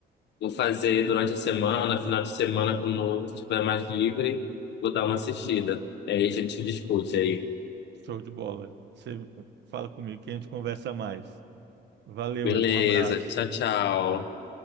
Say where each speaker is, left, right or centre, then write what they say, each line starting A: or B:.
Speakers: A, on the left; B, on the right.
A: vou fazer durante a semana, final de semana, quando eu estiver mais livre, vou dar uma assistida. aí a gente discute aí.
B: Show de bola. Você fala comigo que a gente conversa mais. Valeu,
A: Beleza,
B: Ivo, um abraço.
A: tchau, tchau.